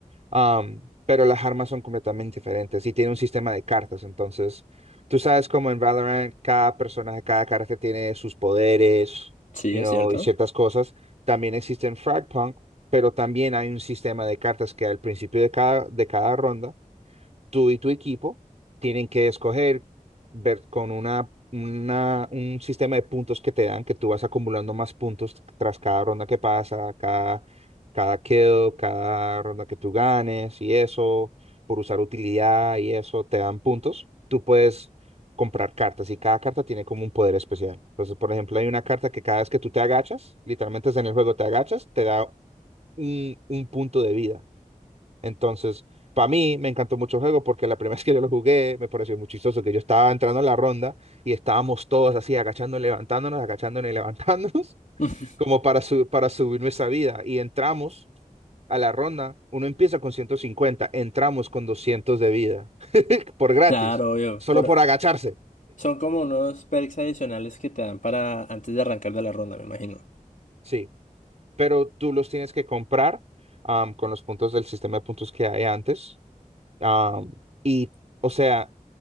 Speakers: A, on the right (about 50°); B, on the left (about 65°).
A: Am, pero las armas son completamente diferentes y tiene un sistema de cartas. Entonces, tú sabes como en Valorant cada personaje, cada carta tiene sus poderes,
B: sí,
A: you
B: es
A: know,
B: cierto.
A: y ciertas cosas. También existe en Fragpunk, pero también hay un sistema de cartas que al principio de cada, de cada ronda tú y tu equipo tienen que escoger, ver con una, una- un sistema de puntos que te dan, que tú vas acumulando más puntos tras cada ronda que pasa, cada, cada kill, cada ronda que tú ganes y eso, por usar utilidad y eso, te dan puntos. Tú puedes comprar cartas y cada carta tiene como un poder especial. Entonces, por ejemplo, hay una carta que cada vez que tú te agachas, literalmente es en el juego, te agachas, te da un, un punto de vida. Entonces, para mí me encantó mucho el juego porque la primera <laughs> vez que yo lo jugué me pareció muy chistoso que yo estaba entrando en la ronda y estábamos todos así agachándonos, levantándonos, agachándonos y levantándonos <laughs>
B: <laughs>
A: como para, su- para subir nuestra vida. Y entramos a la ronda, uno empieza con 150. entramos con 200 de vida <laughs> por gratis,
B: Claro, obvio.
A: solo
B: Por,
A: por agacharse.
B: son como unos perks adicionales que te dan para antes de arrancar de la ronda, me imagino.
A: Sí, pero tú los tienes que comprar am, con los puntos del sistema de puntos que hay antes. am, y, o sea,